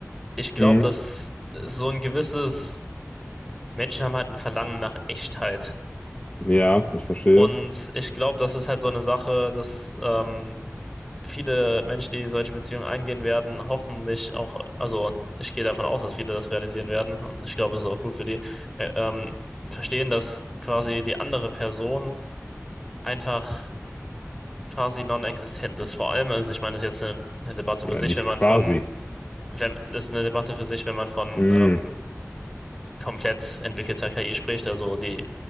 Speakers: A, in the centre; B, on the left.
A: ich glaube,
B: Hm,
A: dass so ein gewisses, Menschen haben halt ein Verlangen nach Echtheit.
B: ja, ich verstehe.
A: Und ich glaube, das ist halt so eine Sache, dass ähm, viele Menschen, die solche Beziehungen eingehen werden, hoffentlich auch, also ich gehe davon aus, dass viele das realisieren werden und ich glaube, es ist auch gut für die, äh, ähm, verstehen, dass quasi die andere Person einfach quasi non-existent ist. Vor allem, also ich meine, das ist jetzt eine, eine Debatte
B: Ja,
A: für sich,
B: nicht
A: wenn man
B: quasi.
A: von, wenn, das ist eine Debatte für sich, wenn man von
B: Mm.
A: ähm, komplett entwickelter KI spricht, also die